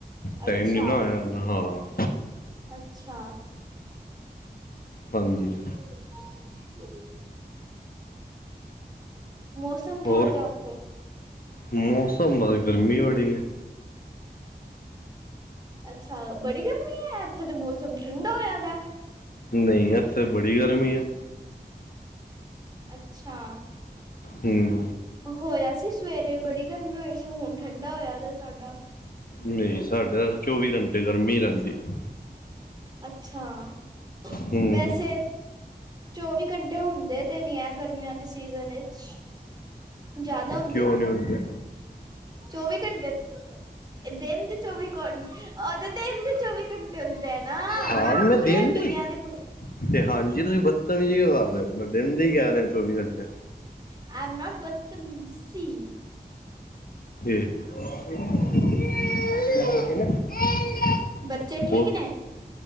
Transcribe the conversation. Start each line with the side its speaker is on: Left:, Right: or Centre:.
Right: ਅੱਛਾ
Left: ਟਾਈਮ ਨੀ ਨਾ ਆਇਆ ਹਾਂ।
Right: ਅੱਛਾ।
Left: ਹਾਂਜੀ।
Right: <unintelligible> ਮੌਸਮ ਕਿਹੋ
Left: ਹੋਰ
Right: ਜਿਆ ਉਥੇ?
Left: ਮੌਸਮ, ਅੱਜ ਗਰਮੀ ਬੜੀ ਹੈ।
Right: ਅੱਛਾ ਬੜੀ ਗਰਮੀ ਹੈ, ਇੱਥੇ ਤਾਂ ਮੌਸਮ ਠੰਡਾ ਹੋਇਆ ਪਿਆ।
Left: ਨਹੀਂ, ਇੱਥੇ ਬੜੀ ਗਰਮੀ ਹੈ।
Right: ਅੱਛਾ।
Left: ਹਮ।
Right: ਹੋਇਆ ਸੀ ਸਵੇਰੇ ਬੜੀ ਗਰਮੀ ਹੋਈ ਸੀ, ਹੁਣ ਠੰਡਾ ਹੋਇਆ ਦਾ ਸਾਡਾ।
Left: ਨਹੀਂ ਸਾਡੇ ਤਾਂ ਚੌਵੀ ਘੰਟੇ ਗਰਮੀ ਰਹਿੰਦੀ ਆ।
Right: ਅੱਛਾ,
Left: ਹੂੰ
Right: ਵੈਸੇ। ਚੌਵੀ ਘੰਟੇ ਹੁੰਦੇ ਤੇ ਨੀ ਹੈ ਗਰਮੀਆਂ ਦੇ ਸੀਜਨ ਵਿਚ। ਜ਼ਿਆਦਾ ਹੁੰਦੇ
Left: ਕਿਉਂ
Right: ਨੇ।
Left: ਨਹੀਂ ਹੁੰਦੇ
Right: ਚੌਵੀ ਘੰਟੇ ਦਿਨ ਦੇ ਚੌਵੀ ਘੰ ਉਹਦੇ ਦਿਨ ਦੇ ਚੌਵੀ ਘੰਟੇ ਹੁੰਦੇ ਆ ਨਾ
Left: ਹਾਂ
Right: ਮੈਂ ਪੂਰੇ
Left: ਦਿਨ
Right: ਮਹੀਨਿਆਂ
Left: ਦੀ
Right: ਦੇ ਪੁਛ
Left: ਤੇ ਹਾਂਜੀ ਤੁਸੀਂ ਬਦਤਮੀਜੀ ਕਿਓ ਕਰ ਹੋ, ਮੈਂ ਦਿਨ ਦੇ ਹੀ ਕਹਿ ਰਹੇ ਚੌਵੀ ਘੰਟੇ।
Right: I am not ਬਦਤਮੀਜ਼ੀ।
Left: <unintelligible>
Right: ਬੱਚੇ ਠੀਕ
Left: ਬੋਲ
Right: ਨੇ?